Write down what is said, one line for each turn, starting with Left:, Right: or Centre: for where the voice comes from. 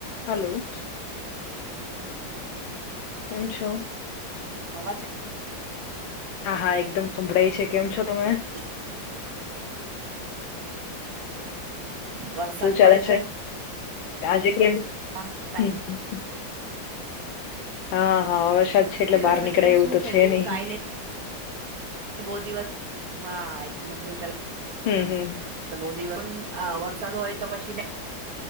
Left: Hello. કેમ છો.
Right: અવાજ.
Left: હા હા એકદમ સંભળાય છે કેમ છો તમે
Right: એ. વરસાદ
Left: શું ચાલે
Right: પડે
Left: છે આજે કેમ.
Right: હા.
Left: હમ હા હા વરસાદ છે એટલે
Right: દિવસ
Left: બહાર
Right: મેં
Left: નીકળે
Right: કીધું
Left: એવું
Right: શું
Left: તો
Right: થયું
Left: છે નહી
Right: કઈ નઈ બહુ દિવસ હા એટલે મેં કીધું ચ
Left: હમ હમ હ
Right: બહ દિવન વરસાદ હોય તો પછી